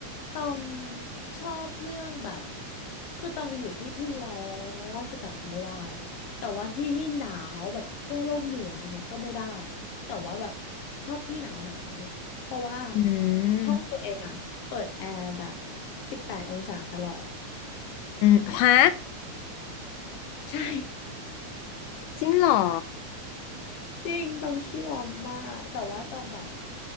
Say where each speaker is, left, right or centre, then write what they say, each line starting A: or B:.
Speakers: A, on the left; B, on the left.
A: ตองชอบเรื่องแบบคือตองไปอยู่ที่ที่ร้อนจะจัดๆอะไม่ได้แต่ว่าที่ที่หนาวแบบขั้วโลกเหนืออย่างเงี้ยก็ไม่ได้แต่ว่าแบบชอบที่หนาวหนาวเพราะว่า
B: อื
A: ห้องตัวเองอะเปิดแอร์แบบ
B: ม
A: สิบแปดองศาตลอด
B: อืมฮะ
A: <laughs> ใช่
B: จริงเหรอ
A: จริงตองขี้ร้อนมากแต่ว่าตองแบบ